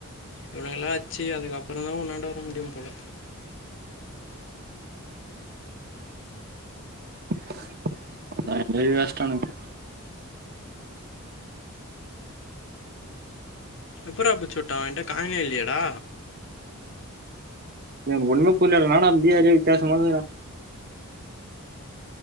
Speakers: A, on the left (about 60°); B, on the right (about 45°).
A: இவனுங்கல்லா அட்ச்சி அதுக்கப்பறந்தா உன்னாண்ட வர முடியு போல
B: <inaudible> ஏற்கனவே அஸ்ட்டானுக
A: எப்பிட்றா புச்சு வுட்டா அவன்ட்ட காயினே இல்லியேடா
B: என்க் ஒன்னுமே புரில அதனால நா முடியாது பேசம்மோதுடா